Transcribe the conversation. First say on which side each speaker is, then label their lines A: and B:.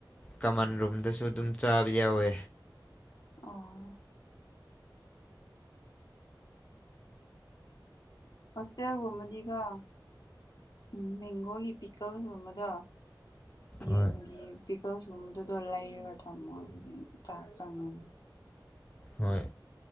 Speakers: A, on the left (about 15°); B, on the left (about 55°).
A: ꯀꯃꯟ ꯔꯨꯝꯗꯁꯨ ꯑꯗꯨꯝ ꯆꯥꯕ ꯌꯥꯎꯋꯦ
B: ꯑꯣ ꯍꯣꯁꯇꯦꯜꯒꯨꯝꯕꯗꯤꯒꯣ ꯎꯝ ꯃꯦꯡꯒꯣꯒꯤ ꯄꯤꯀꯜꯁꯒꯨꯝꯕꯗꯣ
A: ꯍꯣꯏ
B: ꯌꯦꯟꯒꯤ ꯄꯤꯀꯜꯁꯀꯨꯝꯕꯗꯨꯗꯣ ꯂꯩꯔꯒ ꯊꯝꯃꯣ ꯑꯗꯨꯗꯤ ꯆꯥꯛ ꯆꯪꯉꯝ
A: ꯍꯣꯏ